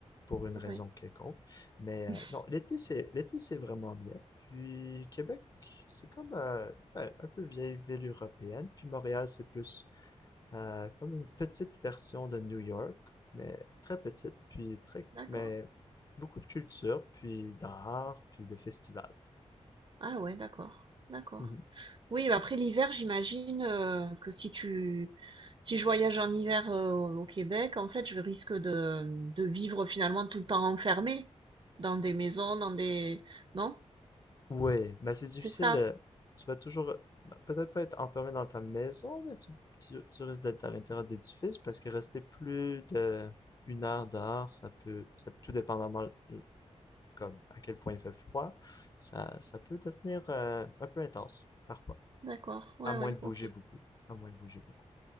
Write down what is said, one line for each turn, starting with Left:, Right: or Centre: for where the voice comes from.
Left: pour une
Right: ouais,
Left: raison quelconque. Mais euh,
Right: <laughs>
Left: non, l'été, c'est l'été, c'est vraiment bien. Puis Québec, c'est comme euh, ouais, un peu vieille ville européenne. Puis Montréal, c'est plus euh, comme une petite version de New York, mais très petite, puis très,
Right: d'accord.
Left: mais beaucoup de culture, puis d'art, puis de festivals.
Right: Ah ouais, d'accord, d'accord.
Left: Mhm.
Right: Oui, bah, après l'hiver, j'imagine euh, que si tu si je voyage en hiver euh, au Québec, en fait, je risque de, de vivre finalement tout le temps enfermé dans des maisons, dans des... Non?
Left: Ouais, mais c'est difficile.
Right: C'est ça?
Left: de- Tu vas toujours, peut-être pas être enfermé dans ta maison, mais tu, tu- tu risques d'être à l'intérieur d'édifices parce que rester plus de une heure dehors, ça peut, ça, tout dépendamment euh, comme à quel point il fait froid, ça, ça peut devenir euh, un peu intense parfois,
Right: D'accord. Ouais,
Left: à moins
Right: ouais,
Left: de bouger
Right: ok.
Left: beaucoup, à moins de bouger beaucoup.